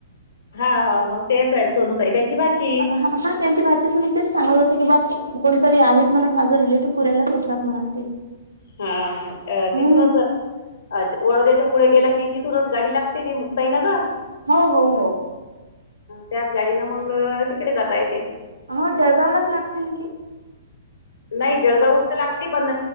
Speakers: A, on the left; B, on the right.
A: हा हाव मग तेच <unintelligible> सोनू ताई त्यांची भाची.
B: ह हा त्यांची भाचीच मग त्येच सांगत होते की बा, कोणतरी आहेत म्हणत माझं रिलेटिव्ह कुऱ्यालाच असतात म्हणालतीत
A: हा हा अ,
B: हम्म
A: तिथूनच अ, वडोदयाच्या पुढे गेलं की, तिथूनच गाडी लागते ते मग साईनगर,
B: हो हो हो.
A: त्याच गाडीन मंग तिकडे जाता येते.
B: हो जळगावलाच लागते न ते.
A: नाही जळगावहुन तर लागते पण,